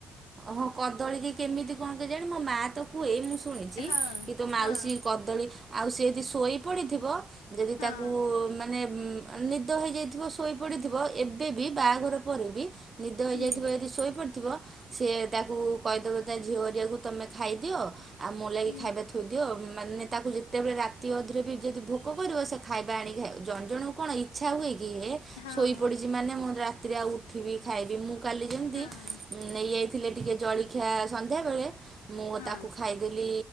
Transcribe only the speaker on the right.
ହଁ କଦଳୀ କି କେମିତି କଣ କେଜାଣି ମୋ ମା ତ କୁହେ ମୁଁ ଶୁଣିଛି
କି ତୋ ମାଉସୀ
କ ଦଳି ସେ ଯଦି ଶୋଇପଡ଼ିଥିବା ଯଦି
ତାକୁ ମା ମାନେ ନିଦ ହେଇଯାଇଥିବ ଶୋଇପଡ଼ିଥିବ ଏବେ ବି ବାହାଘର ପରେ ବି ନିଦ ହେଇଯାଇଥିବ
ଯଦି ଶୋଇପଡ଼ିଥିବ। ସେ ତାକୁ କହିଦେବ ତା ଝିଅ ହେରିକାକୁ ତମେ ଖାଇଦିଅ ଆଉ ମୋ ଲାଗି
ଖାଇବା ଥୋଇଦିଅ ମାନେ ତାକୁ ଯେତେବେଳେ ରାତି ଅଧରେ ବି ଯଦି ଭୋକ କରିବ ସେ ଖାଇବା ଆଣିକି ଖାଇବ ଜଣେ ଜଣଙ୍କୁ କଣ ଇଚ୍ଛା ହୁଏ କି ହେ
ଶୋଇପଡ଼ିଛି ମାନେ ମୁଁ ରାତିରେ ଆଉ ଉଠିବି ଖାଇବି ମୁଁ କାଲି ଯେମିତି
ନେଇଯାଇଥିଲେ ଟିକେ ଜଳଖିଆ ସନ୍ଧ୍ୟାବେଳେ ମୁଁ
ତାକୁ ଖାଇ ଦେଲି